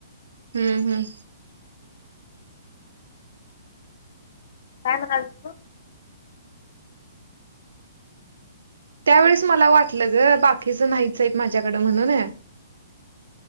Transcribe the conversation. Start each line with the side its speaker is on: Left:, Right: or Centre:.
Right: हम्म हम्म,
Left: काय म्हणालीस तू,
Right: त्यावेेळेस मला वाटलं ग बाकीचं नाहीचत माझ्याकडें म्हणून.